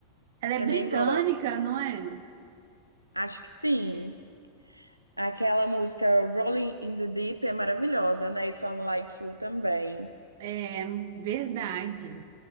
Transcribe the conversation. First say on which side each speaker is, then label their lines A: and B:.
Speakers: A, on the right; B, on the right.
A: Ela é
B: Também
A: britânica,
B: gosto.
A: não é?
B: Acho que sim. Aquela música Rolling in the Deep é maravilhosa, né? E Some Like You também.
A: É verdade.